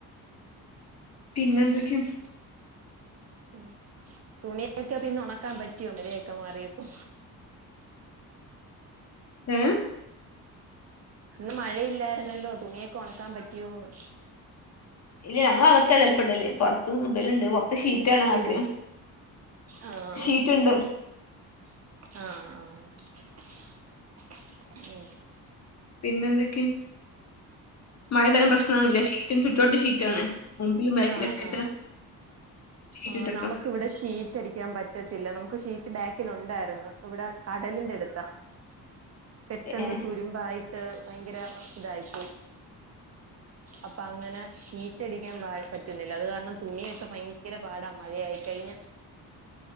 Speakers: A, on the left; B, on the right.
A: പിന്നെ
B: ഏ <unintelligible>
A: എന്തൊക്കെയാ
B: ഉം തുണിയൊക്കെ പിന്നെ ഒണക്കാൻ പറ്റിയോ മയയൊക്കെ മാറിയപ്പോ
A: ഏഹ്
B: ഇന്ന് മഴയില്ലാര്ന്നല്ലോ തുണിയൊക്കെ ഒണക്കാൻ പറ്റിയോന്ന്
A: ഇല്ല ഞങ്ങളകത്താ ചെൽപ്പം ഇടല് എലപ്പംല്ലേ പൊറത്തും ഇടല്ണ്ട് ഇപ്പൊ ഷീറ്റാണങ്ങക്ക്
B: ഇടൽ ആഹ്
A: ഷീറ്റ്ണ്ട്
B: ആഹ് ആഹ് ഉം
A: പിന്നെ എന്തെക്കെ മഴയ്താലും പ്രശ്നൊന്നുല്ല ഷീറ്റ് ചുറ്റോട് ട്ട് ഷീറ്റാണ് മുമ്പിലും ബാക്കിലൊക്കെ
B: ആഹ്
A: ആയിട്ട്
B: ആഹ്
A: ഷീറ്റ്
B: ആഹ്
A: ഇട്ടട്ടോ
B: നമുക്കിവിടെ ഷീറ്റടിക്കാൻ പ റ്റത്തില്ല നമുക്ക് ഷീറ്റ് ബാക്കിലുണ്ടായിരുന്നു ഇവിടെ കടലിന്റെ എട്ത്താ പെട്ടെന്ന്
A: ഏ
B: തുരുമ്പായിട്ട് ഭയങ്കര ഇതായിപ്പോയി അപ്പ അങ്ങനെ ഹീറ്റടിക്കാൻ പാ പറ്റുന്നില്ല അത് കാരണം തുണിയൊക്കെ ഭയങ്കര പാടാ മഴയായി കഴിഞ്ഞ